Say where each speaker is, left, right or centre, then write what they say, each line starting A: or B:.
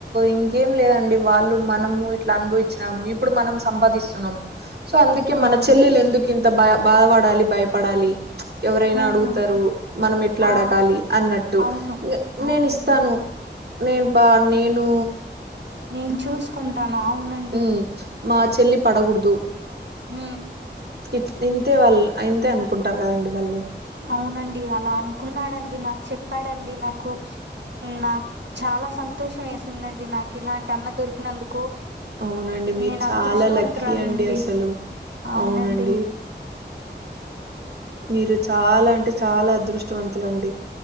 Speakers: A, on the right; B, on the right.
A: ఇంకేం లేదండి వాళ్ళు మనము ఇట్లా అనుభవించినాము ఇప్ ఇప్పుడు మనం సంపాదిస్తున్నాం సో అందుకే
B: మ్మ్
A: మన చెల్లెలు ఎందుకు ఇంత భయ బాధపడాలి భయపడాలి ఎవరైనా
B: మ్మ్
A: అడుగుతరు మనం ఎట్లా
B: ఆ
A: అడగాలి అన్నట్టు
B: అవును
A: ఇంగ
B: అవునండి
A: నేను ఇస్తాను నేన్ బా నేను
B: నేను చూసుకుంటాను అవును అం
A: మ్ మా చెల్లి పడగుడదు
B: ఉ
A: ఇట్ ఇంతే వాళ్ళు ఇంతే అనుకుంటారు కదా అండీ వాళ్ళు
B: అవును అండీ అలా అనుకున్నాడు అండీ నాకు చెప్పాడు అండీ నాకు నాక్ చాలా సంతోషం వేసింది అండీ నాకు ఇలాంటి అన్న దొరికినందుకు
A: అవునండి మీరు
B: నేను అదృష్టవంతురాల్ని
A: చాలా లక్కీ అండి
B: అండీ
A: అసలు
B: అవును
A: అవునండి
B: అండీ
A: మీరు చాలా అంటే చాలా అదృష్టవంతులు అండి